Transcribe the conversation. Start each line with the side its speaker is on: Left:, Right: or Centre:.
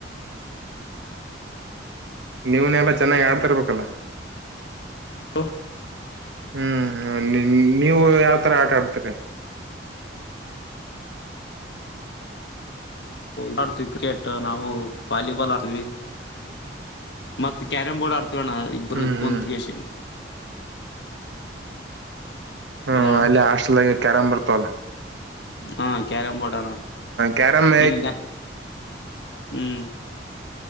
Right: ನೀವ್ನೆಲ್ಲಾ ಚೆನ್ನಾಗಿ ಆಡ್ತರ್ಬೇಕಲ್ಲ
Left: <inaudible>
Right: ಹ್ಮ್ ನಿಮ್ ನೀವು ಯಾವ್ತರ ಆಟಾಡ್ತರಿ
Left: ನಡ್ವಿ ಕ್ರಿಕೆಟ್ ನಾವು ವಾಲಿಬಾಲ್ ಆತವಿ ಮತ್ತತ್ ಕ್ಯಾರಂ್ ಬೋರ್ಡ್ ಆಡ್ತವಣ್ಣ ಇಬ್ಬರು
Right: ಹ್ಮ್ ಹ್ಮ್
Left: ಕುಂತ್ಗೆಸಿ.
Right: ಹ್ಮ್
Left: ಹಲೋ
Right: ಅಲ್ಲಿ ಹಾಸ್ಲಾಗೆ ಕ್ಯಾರಾಮ್ ಬರ್ತವಲ್ಲ
Left: ಹಾ ಕ್ಯಾರಂ ಬೋರ್ಡ್ ಆಣನ
Right: ಕ್ಯಾರಮ್
Left: ಇಲ್ಲ ಹ್ಮ್